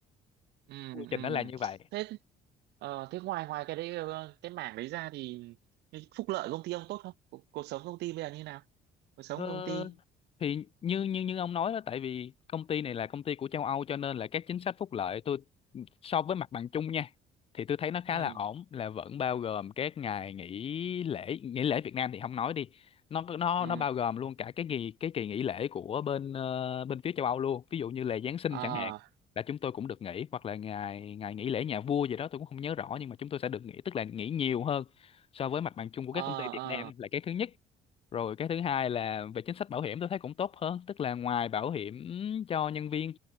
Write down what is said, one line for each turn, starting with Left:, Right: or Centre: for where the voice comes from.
Right: ừ
Left: quy trình
Right: ừ
Left: nó là như vậy
Right: thế ờ, thế ngoài ngoài cái đấy ờ, cái mảng đấy ra thì cái phúc lợi công ty ông tốt không cuộc, cuộc sống công ty bây giờ như nào cuộc sống
Left: Ờ,
Right: công ty
Left: thì như như như ông nói đó tại vì công ty này là công ty của châu Âu cho nên là các chính sách phúc lợi tôi so với mặt bằng chung nha thì tôi thấy nó khá
Right: ừ
Left: là ổn là vẫn bao gồm các ngày nghỉ lễ nghỉ lễ Việt Nam thì không nói đi nó nó
Right: ừ
Left: nó bao gồm luôn cả cái kỳ cái kỳ nghỉ lễ của bên ờ, bên phía châu Âu luôn ví dụ như là Giáng sinh
Right: ờ
Left: chẳng hạn là chúng tôi cũng được nghỉ hoặc là ngày ngày nghỉ lễ nhà vua gì đó tôi cũng không nhớ rõ nhưng mà chúng tôi sẽ được nghỉ tức là nghỉ nhiều hơn so với mặt bằng chung của
Right: ờ
Left: các công ty Việt
Right: ờ
Left: Nam là cái thứ nhất rồi cái thứ hai là về chính sách bảo hiểm tôi thấy cũng tốt hơn, tức là ngoài bảo hiểm cho nhân viên